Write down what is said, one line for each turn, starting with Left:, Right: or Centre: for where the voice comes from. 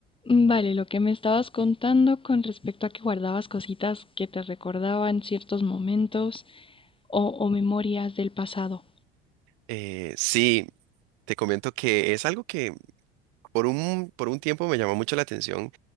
Left: Mm, Vale, lo que me estabas contando con respecto a que guardabas cositas que te recordaban ciertos momentos o, o memorias del pasado,
Right: Eh, sí, te comento que es algo que por un, por un tiempo me llamó mucho la atención.